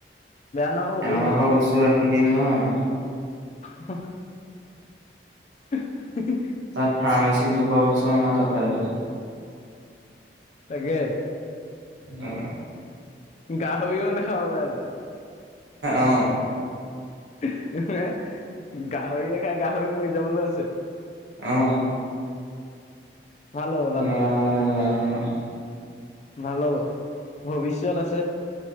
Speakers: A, on the left; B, on the right.
A: নহ'ব
B: এনেকুৱা
A: কৰি
B: এনেকুৱা বস্তু ৰাখি দিম নহয়
A: অ হ অঁহ হু হু
B: তাত ফাৰ্মাচিত নোপোৱা বস্তু আমাৰ তাত পাই যাব।
A: তাকে।
B: অ
A: গাহৰিও নাখাওঁ অলা জে
B: অ
A: গাহৰিয়ে গাহইয়ে খাই গাহৰি মৰি যাব লৈছে।
B: অহ।
A: ভাল
B: <unintelligible>
A: হ'ব ভাল হ'ব ভাল হ'ব। ভৱিষ্যত আছে।